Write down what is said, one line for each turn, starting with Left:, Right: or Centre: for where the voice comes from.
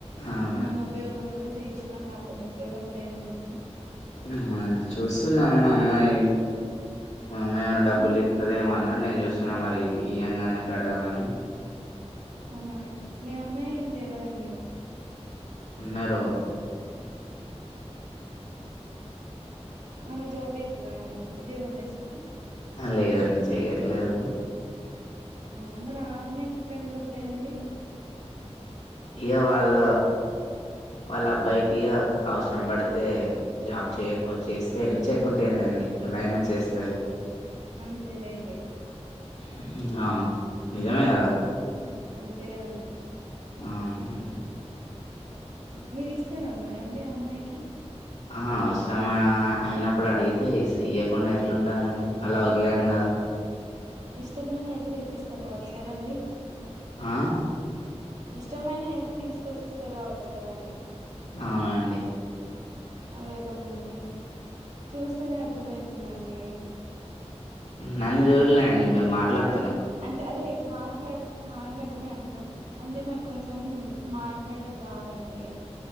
Left: అవునండి.
Right: ఏమన్నా ఉపయోగం ఉంటే జెశనా లాభం ఉపయోగం లేన్ ఎందుకు
Left: హు్వన్ చూస్తున్నామ్ మా అమ్మాయి మా అమ్మాయి ఏవన్నా డబ్బుల్
Right: ఉమ్
Left: జీతదేవనన్ నేన్ జుస్తున్నా మరి ఇయంగానే కడదావన్నీ
Right: అవునా మీ అమ్మాయి అంతర్ ఎవరండి
Left: ఉన్నారు
Right: ఆమె జాబ్ చేతదా అండి ఉద్యోగం చేస్తాదా
Left: ఆ లేదండి చెయ్యట్లేదు
Right: అవునా ఆ అమ్మాయికి ఎక్కడ నుండి వతాయండి
Left: ఇయ వాళ్ళ వాళ్ళ అబ్బాయికి అవసరం పడితే జాబ్ చేయకు చేస్తే ఎన్ చేయకుంటేందం అండి ఎలాయినా చేస్తాయ్
Right: అంతే లేండి
Left: హ్మ్. ఆ! నిజమే కదా
Right: అంతే కదండి
Left: అవునండి
Right: మీరు ఇస్తారమ్మా రండి ఆ అమ్మాయికి
Left: ఆ అవసరం అయినప్పుడు అడిగితే ఇయ్యకుండా ఎట్లుంటనండి అలా వదిలేయను కదా
Right: ఇష్టం మీద అయితే తెచ్చిస్తారు కావచ్చు కదండి
Left: ఆ
Right: ఇష్టమైన అయితే తీసుకొచ్చిస్తారు కావచ్చు కదండి
Left: అవునండి
Right: అడగకముందే చూస్తేనే అర్థం అయితుందండి
Left: నన్ని చూడలే అండి మీరు మాట్లాడు
Right: అంటే అదే మాట్లాడు మాట్లాడు అని అర్థంవుతు అంటే నాకు కొంచెం మాట్లాడం రాదండి